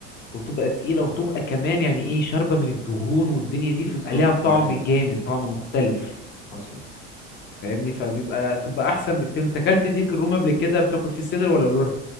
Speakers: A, on the left (about 30°); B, on the left (about 80°).
A: وتبقى تقيلة وتبقى كمان يعني ايه شاربة من الدهون والدنيا دي
B: بالظبط
A: فبيبقى ليها طعم
B: ايوه
A: جامد طعم مختلف
B: حصل
A: فاهمني فبيبقى تبقى احسن بكتير انت اكلت ديك الرومي قبل كده بتاكل فيه صدر ولا الورك